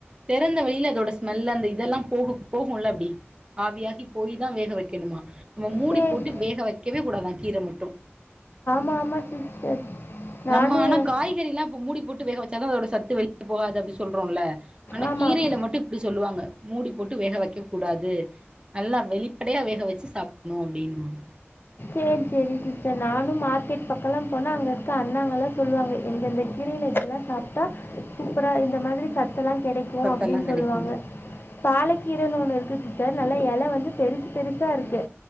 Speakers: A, on the right (about 20°); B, on the left (about 55°).
A: தெறந்த வெளில அதோட ஸ்மெல் அந்த இதெல்லா போகு போகுல அப்டி ஆவியாகி போயி தா வேக வைக்கணுமா நம்ம மூடி
B: சரி
A: போட்டு வேக வைக்கவே கூடாதா கீர மட்டு
B: ஆமா சிஸ்டர் நானும்
A: நம்ம ஆனா
B: எ-
A: காய்கறிலா இப்ப மூடி போட்டு வேக வச்சாதா அதோட சத்து வெளிய போகாது அப்டி சொல்றோல ஆனா
B: ஆமாம்
A: கீரைல மட்டு இப்டி சொல்லுவாங்க மூடி போட்டு வேக வைக்க கூடாது நல்லா வெளிப்படையா வேக வச்சு சாப்பட்ணு அப்டின்னுவாங்க
B: சேரி சேரி சிஸ்டர் நானு மார்க்கெட் பக்கலா போனா அங்க இருக்க அண்ணாங்கெல்லா சொல்லுவாங்க எந்தெந்த கீரல எதெல்லா சாப்டா சூப்பரா இந்த மாதிரி சத்தெல்லா கெடைக்கு
A: சத்தெல்லா
B: அப்டினு
A: கெடைக்குனு
B: சொல்லுவாங்க பாலக்கீரைனு ஒன்னு இருக்கு சிஸ்டர் நல்லா எல வந்து பெருசு பெருசா இருக்கு